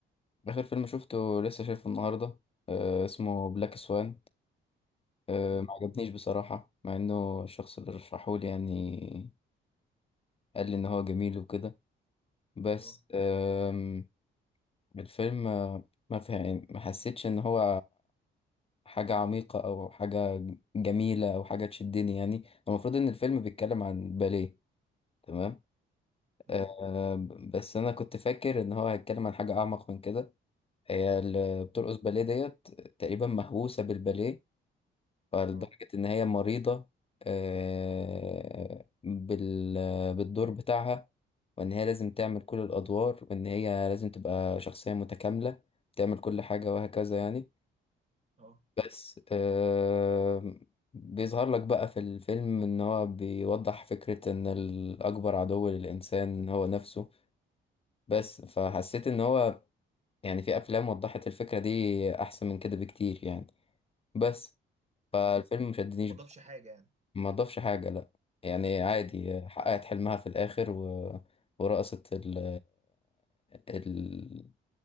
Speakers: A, on the left; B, on the right.
A: آخر فيلم شفته لسه شايفه النهاردة آه اسمه بلاك سوان آه
B: مم.
A: ما عجبنيش بصراحة مع إنه الشخص اللي رشحهولي يعني قال لي إن هو جميل وكده بس
B: اه
A: آم، الفيلم آه، ما فهم ما حسيتش إن هو حاجة عميقة أو حاجة جميلة أو حاجة تشدني يعني المفروض إن الفيلم بيتكلم عن باليه تمام
B: مم.
A: آه بس أنا كنت فاكر إن هو هيتكلم عن حاجة أعمق من كده هي اللي بترقص
B: مم.
A: باليه ديت تقريبا مهووسة بالباليه فلدرجة
B: اه
A: إن هي مريضة آه، بال بالدور بتاعها وإن هي لازم تعمل كل الأدوار وإن هي لازم تبقى شخصية متكاملة تعمل كل حاجة وهكذا يعني
B: اه
A: بس آه، بيظهر لك بقى في الفيلم إن هو بيوضح فكرة إن الأكبر عدو للإنسان هو نفسه بس فحسيت إن هو يعني في أفلام وضحت الفكرة دي أحسن من كده بكتير يعني بس فالفيلم
B: مم.
A: مشدنيش
B: وما ضافش حاجة يعني
A: ما ضافش حاجة لا يعني عادي
B: مم.
A: حققت حلمها في الآخر و... ورقصت ال... ال...